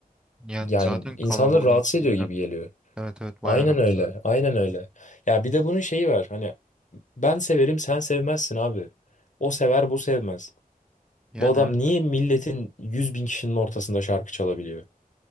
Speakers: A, in the centre; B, on the left.
A: Yani
B: yani
A: zaten
B: insanları
A: kalabalığın
B: rahatsız
A: şeyinden.
B: ediyor gibi geliyor.
A: Evet evet bayağı
B: Aynen
A: rahatsız.
B: öyle.
A: edici.
B: Aynen öyle. Ya bir de bunun şeyi var. Hani ben severim sen sevmezsin abi. O sever bu sevmez.
A: Yani
B: Bu adam
A: evet.
B: niye milletin yüz bin kişinin ortasında şarkı çalabiliyor?